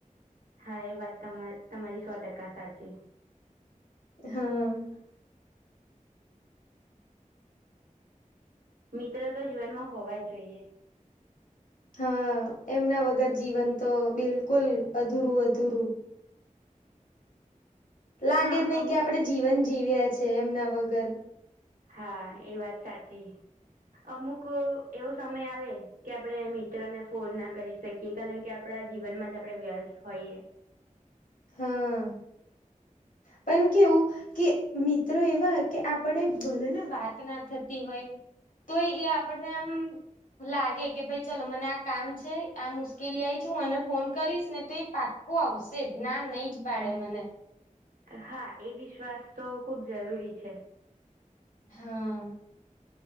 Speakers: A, on the right; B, on the left.
A: હા, એ વાત તમા તમારી સો ટકા સાચી.
B: હમ્મ.
A: મિત્રો તો જીવનમાં હોવા જ જોઈએ.
B: હા એમના વગર જીવન તો બિલકુલ અધૂરું અધૂરું લાગે
A: હા
B: જ નહી
A: અમુક
B: કે આપડે જીવન જીવ્યા છે એમના વગર
A: હા એ વાત સાચી અમુક એવો સમય આવે કે આપડે મિત્રને ફોન ના કરી શકીએ કારણ કે આપડા જીવનમાં જ આપડે વ્યસ્ત હોઈએ.
B: હમ્મ. પણ કેવું કે મિત્રો એવા કે આપડે ભલે ને વાત ના થતી હોય તોય એ આપણને આમ લાગે કે ભાઈ ચાલ મને આ કામ છે આ મુશ્કેલી આઈ છે હું આને ફોન કરીશ ને તે પાકો આવશે જ ના નહી જ પાડે મને
A: હા એ વિશ્વાસ તો ખુબ જરૂરી છે. -
B: હા